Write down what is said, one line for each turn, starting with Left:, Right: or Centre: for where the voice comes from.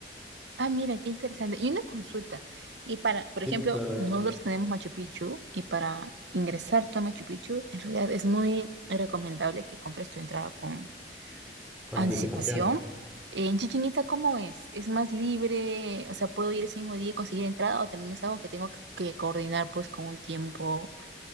Right: Ah, mira, qué interesante. Y una consulta. Y para, por ejemplo,
Centre: Sí, claro,
Right: nosotros
Centre: dime.
Right: tenemos Machu Picchu y para ingresar tú a Machu Picchu, en realidad es muy recomendable que compres tu entrada con
Centre: Con
Right: Anticipación.
Centre: anticipación.
Right: En Chichén Itzá, ¿cómo es? ¿Es más libre? O sea, ¿puedo ir ese mismo día y conseguir entrada? ¿O también es algo que tengo que que coordinar pues con un tiempo